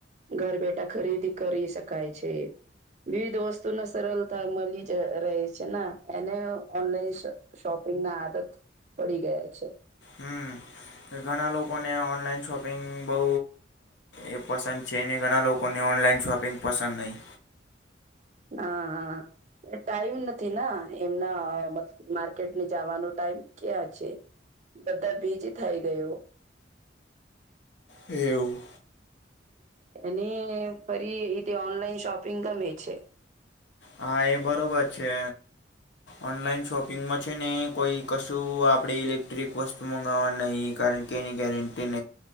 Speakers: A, on the right; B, on the left.
A: ઘર બેઠા ખરીદી કરી શકાય છે. વિવિધ વસ્ત તું નું સરલતા મલી જ રહી છે ના એને ઓનલાઈન શ-શોપિંગ ના આદત પડી ગયા છે.
B: હમ્મ. ઘણા લોકોને ઓનલાઈન શોપિંગ બહુ એ પસંદ છે અને ઘણા લોકોને ઓન ઓનલાઇન શોપિંગ પસંદ નહી.
A: હા-હા. ટાઈમ નથી ના એમના માર્કેટ ને જવાનો ટાઈમ ક્યાં છે. બધા બીજ થઈ ગયો.
B: એવું.
A: એને ફરી એતે ઓનલાઈન શોપિંગ ગમે છે.
B: હા એ બરોબર છે. ઓનલાઈન શોપિંગમાં છે ને કોઈ કશું આપડે ઇલેક્ટ્રિક વસ્તુ મગાવવા નહી. હલકીની ગેરંટીને